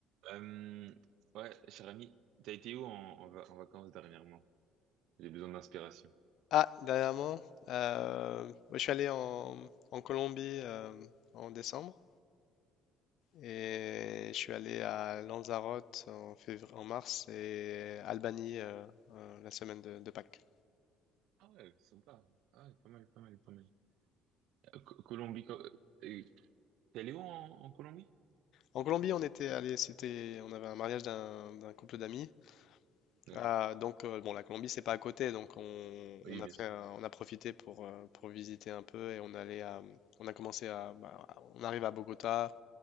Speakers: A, on the right (about 75°); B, on the left (about 65°).
A: Euh, ouais, cher ami, t'as été où en, en, va- en vacances dernièrement? J'ai besoin d'inspiration.
B: Ah, dernièrement, euh, moi, je suis allé en, en Colombie euh, en décembre et je suis allé à Lanzarote en février, en mars et Albanie euh, euh, la semaine de, de Pâques.
A: Ah ouais, sympa. Ah ouais, pas mal, pas mal, pas mal. Euh, Co- Colombie, co- euh, t'es allé où en, en Colombie?
B: En Colombie, on était allé, c'était, on avait un mariage d'un d'un couple d'amis.
A: D'accord.
B: Ah, donc euh, bon, la Colombie c'est pas à côté, donc on,
A: Oui,
B: on a
A: bien
B: fait,
A: sûr.
B: un- on a profité pour euh, pour visiter un peu et on allait à- on a commencé à, bah, on arrive à Bogota,